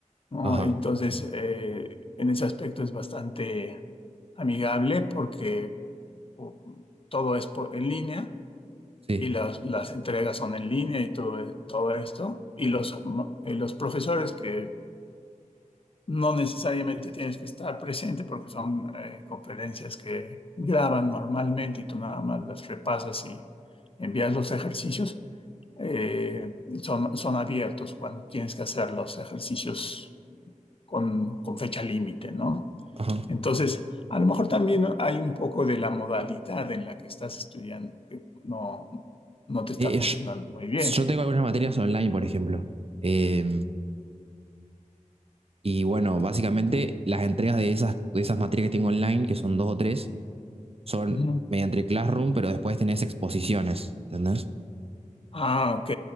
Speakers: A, on the left; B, on the right.
A: ¿no?
B: ajá,
A: Entonces, eh, en ese aspecto es bastante amigable porque o, todo es por- en línea
B: sí,
A: y las, las entregas son en línea y todo, todo esto. Y los, eh, los profesores que no necesariamente tienes que estar presente porque son eh, conferencias que graban normalmente y tú nada más las repasas y envías los ejercicios. Eh, son, son abiertos cuando tienes que hacer los ejercicios con, con fecha límite, ¿no?
B: ajá.
A: Entonces, a lo mejor también hay un poco de la modalidad en la que estás estudiando que no, no te está
B: Eh,
A: funcionando
B: eh, yo,
A: muy bien.
B: yo tengo algunas materias online, por ejemplo. Eh, y bueno, básicamente las entregas de esas, de esas materias que tengo online, que son dos o tres, son
A: Ujú.
B: mediante Classroom, pero después tenés exposiciones, ¿entendés?
A: Ah, ok,